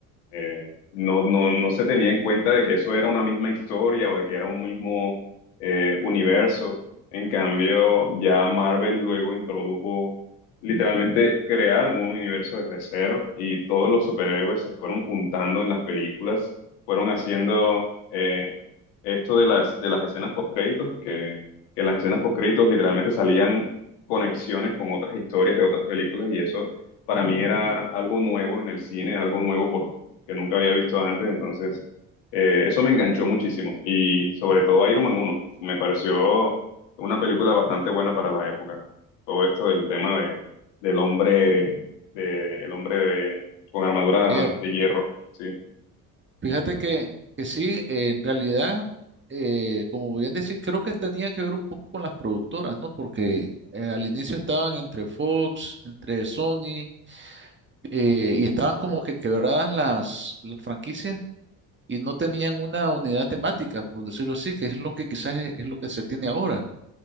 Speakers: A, on the left (about 80°); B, on the right (about 25°).
A: eh, no, no, no se tenía en cuenta de que eso era una misma historia o de que era un mismo eh, universo. En cambio, ya Marvel luego introdujo, literalmente crearon un universo desde cero y todos los superhéroes se fueron juntando en las películas, fueron haciendo eh, esto de las, de las escenas post-créditos, que, que en las escenas post-créditos literalmente salían conexiones con otras historias de otras películas y eso para mí era algo nuevo en el cine, algo nuevo por que nunca había visto antes, entonces eh, eso me enganchó muchísimo y sobre todo Iron Man uno me pareció una película bastante buena para la época. Todo esto del tema de, del hombre, de, el hombre de, con armadura
B: ayer.
A: de hierro, sí,
B: Fíjate que, que sí, eh, en realidad, eh, como bien decís, creo que tenía que ver un poco con las productoras, ¿no? Porque eh, al inicio estaban entre Fox, entre Sony, eh, y estaban como que quebradas las, las franquicias y no tenían una unidad temática, por decirlo así, que es lo que quizás es es lo que se tiene ahora.